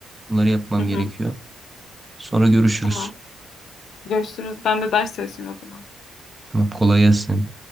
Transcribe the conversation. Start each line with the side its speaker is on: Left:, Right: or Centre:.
Right: Bunları yapmam
Left: Hı hı,
Right: gerekiyor. Sonra görüşürüz.
Left: tamam. Görüşürüz. Ben de ders çalışayım o zaman.
Right: Tamam, kolay gelsin.